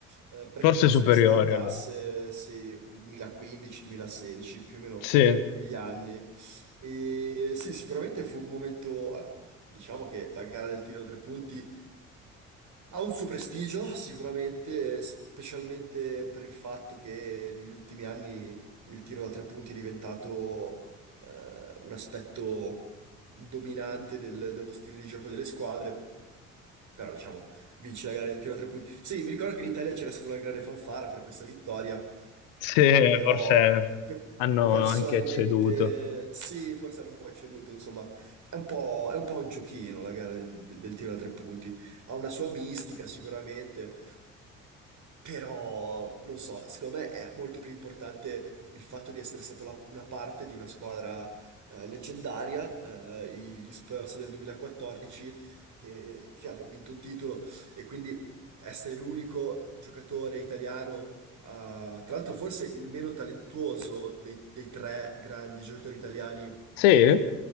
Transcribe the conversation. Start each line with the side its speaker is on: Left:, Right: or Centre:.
Right: eh, perché
Left: forse
Right: penso
Left: superiori
Right: che si trattasse,
Left: allora.
Right: sì, 2015-2016, più o meno
Left: Sì,
Right: quegli anni. E sì, sicuramente fu un momento, ah, diciamo che la gara del tiro a tre punti. Ha un suo prestigio, sicuramente, specialmente per il fatto che negli ultimi anni il tiro da tre punti è diventato eh, un aspetto dominante del- dello stile di gioco delle squadre. Però, diciamo, vince la gara del tiro da tre punti. Sì, mi ricordo che in Italia c'era stata una grande fanfara per questa vittoria,
Left: sì,
Right: però
Left: forse
Right: pe-
Left: hanno
Right: personalmente
Left: anche ceduto.
Right: sì, forse hanno un po' ecceduto, insomma, è un po', è un po' un giochino la gara del, del del tiro da tre punti, ha una sua mistica sicuramente, però, non so, secondo me è molto più importante il fatto di essere stato la- una parte di una squadra eh, leggendaria, eh, i- gli Spurs del 2014, che, che hanno vinto un titolo e quindi essere l'unico giocatore italiano, eh, tra l'altro forse il meno talentuoso dei, dei tre grandi giocatori italiani
Left: Sì?